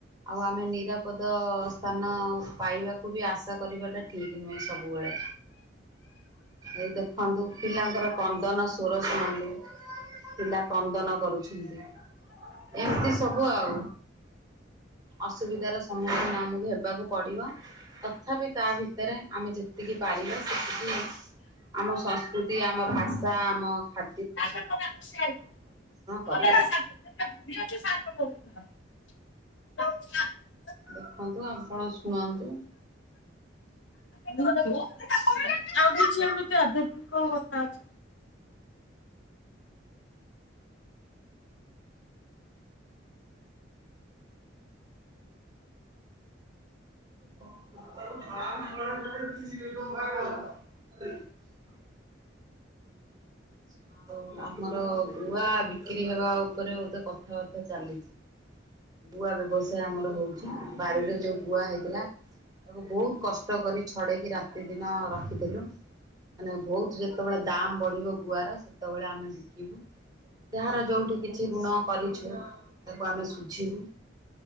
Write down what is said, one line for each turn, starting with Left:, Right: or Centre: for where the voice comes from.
Right: ଆଉ ଆମେ ନିରାପଦ ସ୍ଥାନ ପାଇବାକୁ ବି ଆଶା କରିବାଟା ଠିକ ନୁହେଁ ସବୁବେଳେ ଏଇ ଦେଖନ୍ତୁ ପିଲାଙ୍କର କ କ୍ରନ୍ଦନ ସ୍ୱର ଶୁଣନ୍ତୁ ପିଲା କ୍ରନ୍ଦନ କରୁଛନ୍ତି। ଏମିତି ସବୁ ଆଉ <inaudible> ଅସୁବିଧାର ସମ୍ମୁଖୀନ ଆମକୁ ହେବାକୁ ପଡ଼ିବ ଅ ତଥାପି ତା ଭିତରେ ଆମେ ଯେତିକି ପାରିବା ସେତିକି ଆମ ସଂସ୍କୃତି ଆମ ଭା ହଁ ଖା
Left: <unintelligible>
Right: କରିବା
Left: <unintelligible>
Right: ଦେଖନ୍ତୁ ଆପଣ ଶୁଣନ୍ତୁ?
Left: <unintelligible> ଆଉ କିଛି ଏମିତି ଆଧାତ୍ମିକ କଥା ଅଛି
Right: <unintelligible> ଆଛା ଆଉ ଆମର ଗୁଆ ବିକ୍ରି ହେବା ଉପରେ ବୋଧେ କଥାବାର୍ତ୍ତା ଚାଲିଛି ଗୁଆ ବ୍ୟବସାୟ ଆମର ହଉଛି ବାରିରେ ଯୋଉ ଗୁଆ ହେଇଥିଲା ତାକୁ ବହୁତ କଷ୍ଟ କରି ଛଡେଇକି ରାତି ଦିନ ରଖିଥିଲୁ ମାନେ ବହୁତ ଯେତେବେଳେ ଦାମ ବଢିବ ଗୁଆର ସେତେବେଳେ ଆମେ ବିକିବୁ ଯାହାର ଯୋଉଠି କିଛି ଋଣ କରିଛୁ ତାକୁ ଆମେ ଶୁଝିବୁ